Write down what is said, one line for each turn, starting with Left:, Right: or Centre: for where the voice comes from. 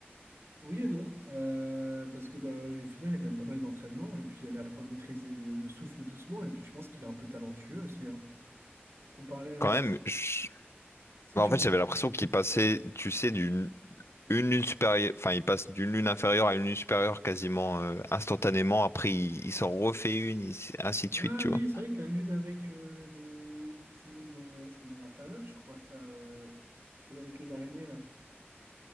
Right: Oui et non, euh, parce que bah, au final, il y a quand même pas mal d'entraînement, et puis elle apprend à maîtriser le, le souffle doucement, et puis je pense qu'il est un peu talentueux aussi. hein. Comparé
Left: Quand
Right: à...
Left: même,
Right: Si,
Left: je-
Right: si
Left: en
Right: tu
Left: fait,
Right: regardes...
Left: j'avais l'impression qu'il passait, tu sais, d'une une lune supérieure, enfin, il passe d'une lune inférieure à une lune supérieure quasiment euh, instantanément. Après, il, il s'en refait une, il- ainsi de
Right: Ah
Left: suite, tu
Right: oui,
Left: vois.
Right: c'est vrai que la lune avec euh, les. C'est une lune, euh, c'est une lune inférieure, je crois, ça. euh, Celle avec les araignées, là.